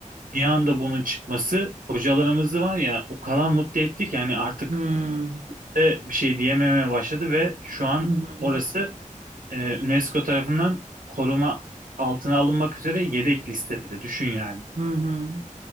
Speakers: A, on the right; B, on the right.
A: bir anda bunun çıkması hocalarımızı var ya o kadar mutlu etti ki hani artık
B: Hı hı.
A: de bir şey diyememeye başladı ve şu an
B: Hı hı.
A: orası e, UNESCO tarafından koruma altına alınmak üzere yedek listede. Düşün yani.
B: Hı hı.